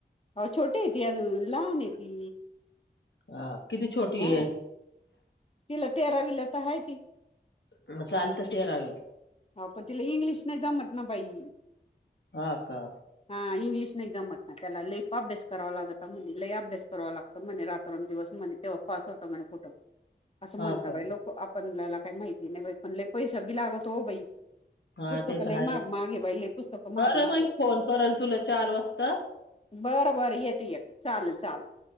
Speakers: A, on the left; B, on the left.
A: अहो छोटी आहे ती, अजून लहान आहे ती.
B: हा किती छोटी
A: हा
B: ये.
A: तिला तेरावीला तर आहे ती
B: मग चालतं तेरावीला.
A: हो, पण तिला इंग्लिश नाही जमत ना बाई.
B: हा का
A: हा इंग्लिश नाही जमत. त्याला लय अभ्यास करावा लागता, म्हणे लई अभ्यास करावा लागत म्हणे, रात्रोन दिवस म्हणे तेव्हा पास होत म्हणे. कुठं असं
B: हा
A: म्हणता
B: का
A: बाई लोक आपल्याला, काही माहिती नाही बाई पण लै पैसा बी लागतो बाई.
B: हा
A: पुस्तक
B: ते तर
A: लय
B: आहे
A: महाग महाग ये बाई. लय पुस्तक महाग
B: बरं
A: महाग
B: मग
A: ये.
B: फोन करल तुला चार वाजता
A: बरं बरं येते येते चालेल चालेल